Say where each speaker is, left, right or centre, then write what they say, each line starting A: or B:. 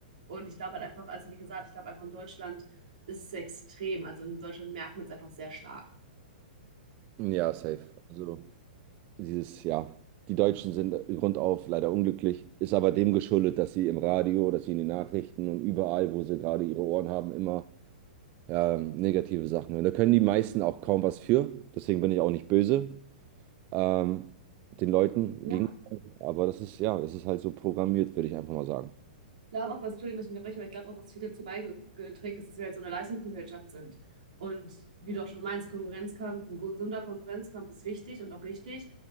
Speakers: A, on the right; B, on the right.
A: Und ich glaube halt einfach, also wie gesagt, ich glaube einfach in Deutschland ist es extrem. Also in Deutschland merkt man es einfach sehr stark.
B: Ja, safe. Also dieses, ja, die Deutschen sind grundauf leider unglücklich, ist aber dem geschuldet, dass sie im Radio, dass sie in den Nachrichten und überall, wo sie gerade ihre Ohren haben, immer ähm, negative Sachen. Und da können die meisten auch kaum was für. Deswegen bin ich auch nicht böse ähm, den Leuten
A: Ja,
B: gegen. Aber das ist, ja, das ist halt so programmiert, würde ich einfach mal sagen.
A: glaube auch, was, Entschuldigung, dass ich unterbreche, aber ich glaube auch, was viel dazu beigeträgt ist, dass wir jetzt so eine Leistungsgesellschaft sind. Und wie du auch schon meinst, Konkurrenzkampf, ein gesunder Konkurrenzkampf ist wichtig und auch richtig,